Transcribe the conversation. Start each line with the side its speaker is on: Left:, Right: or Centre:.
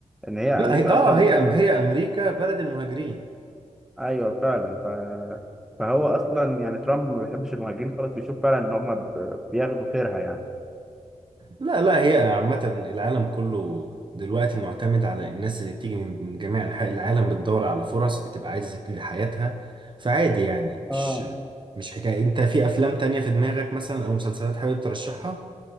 Centre: ان هي امريكا
Right: لا هي... اه
Centre: اصلا
Right: هي هي امريكا بلد المهاجرين
Centre: ايوه فعلا ف... فهو اصلا يعني ترامب ما بيحبش المهاجرين خالص بيشوف فعلا ان هم ب... بياخدوا خيرها يعني
Right: لا لا هي عامة العالم كله دلوقتي معتمد على الناس اللي بتيجي من من جميع أنحاء العالم بتدور على فرص بتبقى عايزة تبتدي حياتها فعادي يعني
Centre: اه
Right: مش مش حكاية أنت في أفلام تانية في دماغك مثلا أو مسلسلات حابب ترشحها؟